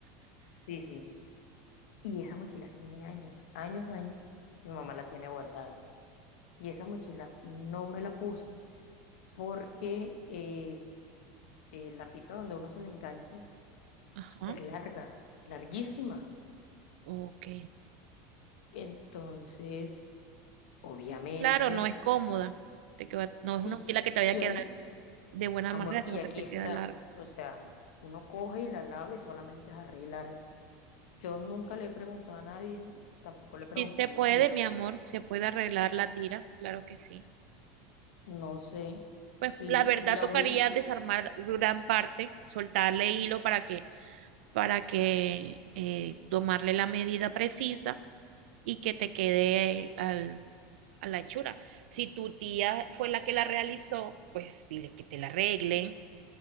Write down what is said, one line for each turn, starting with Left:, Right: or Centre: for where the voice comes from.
Left: Sí, sí. Y esa mochila tiene años, años, años, mi mamá la tiene guardada. Y esa mochila no me la puse porque eh, eh, la pita donde uno se le engancha
Right: ajá,
Left: es súper larga, larguísima.
Right: ok.
Left: Entonces, obviamente,
Right: Claro, no es cómoda, te queda- no
Left: sí.
Right: es una pila que te vaya
Left: Y
Right: a quedar
Left: ahí,
Right: de buena
Left: Amor,
Right: manera, sino
Left: y aquí
Right: que te
Left: está,
Right: queda larga.
Left: o sea, uno coge y la lava y solamente es arreglarla. Yo nunca le he preguntado a nadie, tampoco le pregunté
Right: Sí se
Left: a mi
Right: puede,
Left: tía.
Right: mi amor, se puede arreglar la tira, claro que sí.
Left: No sé
Right: Pues
Left: si
Right: la verdad
Left: la
Right: tocaría
Left: hubieran,
Right: desarmar gran parte, soltarle hilo para que, para que eh, tomarle la medida precisa y que te quede al- a la hechura. Si tu tía fue la que la realizó, pues dile que te la arregle